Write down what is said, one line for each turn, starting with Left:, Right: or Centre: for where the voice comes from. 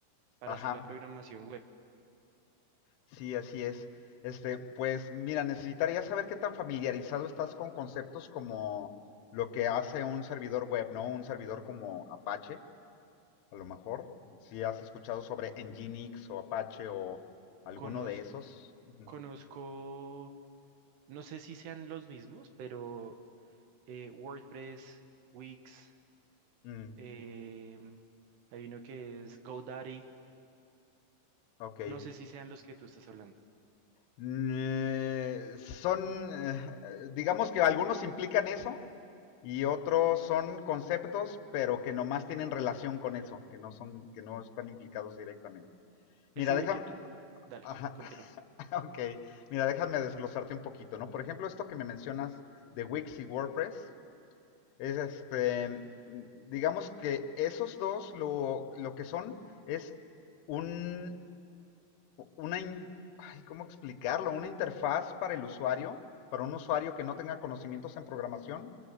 Right: para
Left: Ajá.
Right: hacer la programación web?
Left: Sí, así es. Este, pues mira, necesitaría saber qué tan familiarizado estás con conceptos como lo que hace un servidor web, ¿no? Un servidor como Apache, a lo mejor. Si has escuchado sobre Nginx o Apache o alguno
Right: Conoz-
Left: de esos. Ujú.
Right: Conozco, no sé si sean los mismos, pero eh, WordPress, Wix,
Left: Mm,
Right: em, hay uno que es GoDaddy,
Left: ok.
Right: no sé si sean los que tú estás hablando.
Left: Mm, son, eh, digamos que algunos implican eso y otros son conceptos, pero que nomás tienen relación con eso, que no son, que no están implicados directamente. Mira,
Right: Ese
Left: déjame,
Right: que tú, me- dale,
Left: Ajá,
Right: continúa.
Left: <laughs> ok. Mira, déjame desglosarte un poquito, ¿no? Por ejemplo, esto que me mencionas de Wix y WordPress, es este, mm, digamos que esos dos lo, lo que son es un, una, in- ay, ¿cómo explicarlo? Una interfaz para el usuario, para un usuario que no tenga conocimientos en programación,